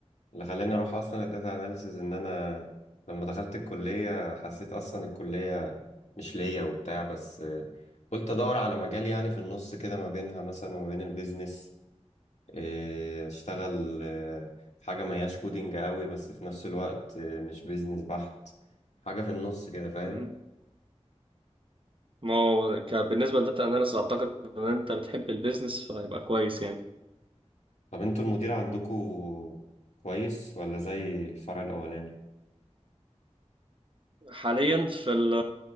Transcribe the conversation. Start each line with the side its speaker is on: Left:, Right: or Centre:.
Left: اللي خلاني اروح اصلا الداتا اناليسز ان انا لما دخلت الكليه حسيت اصلا الكليه مش ليا وبتاع بس قلت ادور على مجال يعني في النص كده ما بينها مثلا وما بين البيزنس إيه، اشتغل آه، حاجة ما هياش كودينج قوي بس في نفس الوقت آه، مش بيزنس بحت حاجة في النص كده فاهم
Right: مم. ما هو ك... بالنسبة للداتا اناليسز اعتقد ان انت بتحب البيزنس فيبقى كويس يعني
Left: طب انتوا المدير عندكوا كويس ولا زي الفرع الأولاني
Right: حاليا في ال